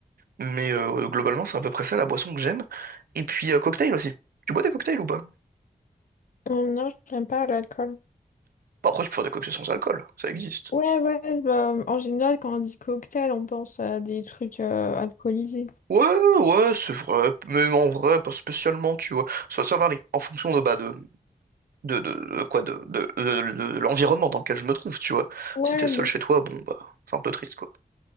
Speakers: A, on the right; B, on the left.
A: Mais euh, globalement, c'est à peu près ça la boisson que j'aime. Et puis, euh, cocktail aussi. Tu bois des cocktails ou pas?
B: Hum, Non, j'aime pas l'alcool.
A: Bah, après, tu peux faire des cocktails sans alcool, ça existe.
B: Ouais, ouais, bah, en général, quand on dit cocktail, on pense à des trucs euh, alcoolisés.
A: Ouais, ouais, c'est vrai, mais en vrai, pas spécialement, tu vois. Ça, ça varie en fonction de, bah, de, de, de, de quoi, de, de, de- de- de l'environnement dans lequel je me trouve, tu vois.
B: Ouais,
A: Si t'es seul
B: mais...
A: chez toi, bon, bah, c'est un peu triste, quoi.